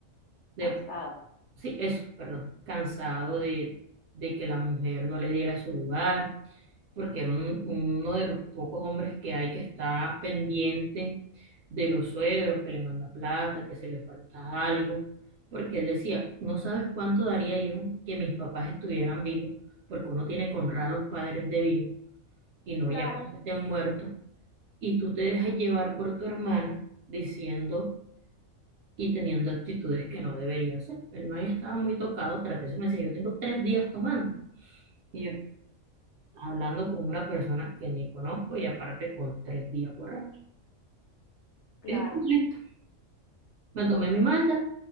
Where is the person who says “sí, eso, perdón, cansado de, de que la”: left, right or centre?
Right